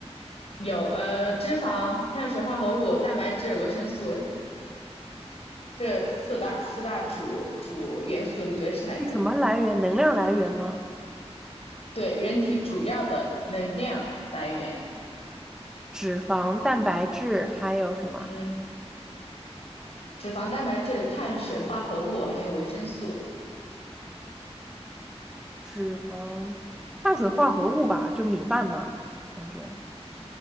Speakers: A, on the left; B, in the centre.
A: 有呃脂肪、碳水化合物、蛋白质、维生素这四大四大主主元素，你觉得是哪个？
B: 是什么来源？能量来源吗？
A: 对，人体主要的能量来源。
B: 脂肪、蛋白质，还有什么？
A: 嗯。脂肪、蛋白质、碳水化合物还有维生素。
B: 脂肪、碳水化合物吧，就米饭嘛，感觉。